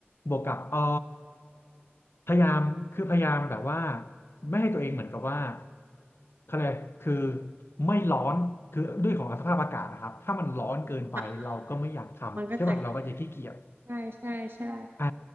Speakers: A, on the left; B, on the right.
A: บวกกับเออพยายามคือพยายามแบบว่าไม่ให้ตัวเองเหมือนกับว่าเขาเลยกคือไม่ร้อนคือด้วยของสภาพอากาศนะครับถ้ามันร้อนเกินไปเราก็ไม่อยากทำใช่ป่ะเราก็จะขี้เกียจ
B: ค่ะมันก็จะใช่ใช่ใช่
A: อ่า